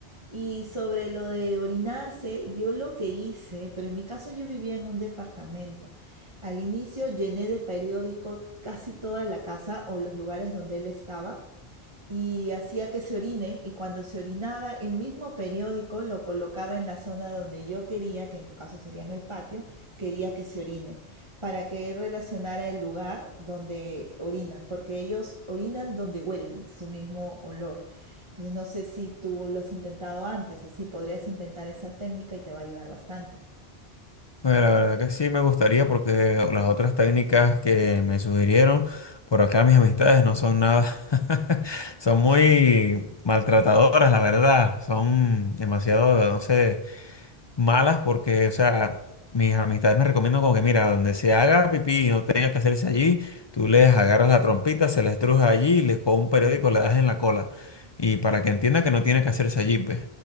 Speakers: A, on the right; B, on the left.
A: Y sobre lo de orinarse, yo lo que hice, pero en mi caso yo vivía en un departamento. Al inicio llené de periódico casi toda la casa o los lugares donde él estaba y hacía que se orine y cuando se orinaba el mismo periódico lo colocaba en la zona donde yo quería, que en tu caso sería en el patio, quería que se orine, para que él relacionara el lugar donde orinan, porque ellos orinan donde huelen, su mismo olor. Entonces no sé si tú lo has intentado antes, así podrías intentar esa técnica y te va a ayudar bastante.
B: Bueno, la verdad que sí me gustaría porque las otras técnicas que me sugirieron por acá mis amistades no son nada, <laughs> son muy maltratadoras, la verdad, son demasiado, no sé malas porque, o sea, mis amistades me recomiendan como que, mira, donde se haga pipí y no tenga que hacerse allí, tú les agarras la trompita, se la estrujas allí y le con un periódico le das en la cola. Y para que entienda que no tiene que hacerse allí, pues.